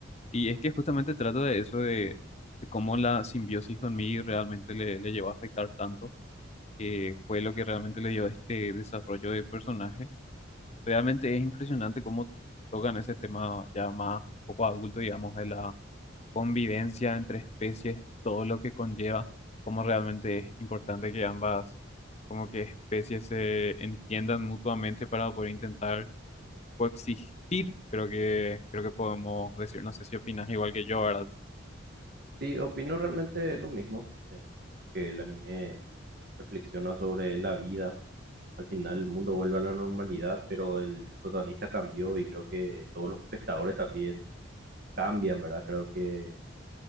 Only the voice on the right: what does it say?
Sí, opino realmente lo mismo, eh, porque el anime reflexiona sobre la vida. Al final el mundo vuelve a la normalidad, pero el, el protagonista cambió y creo que todos los espectadores también cambian, ¿verdad? Creo que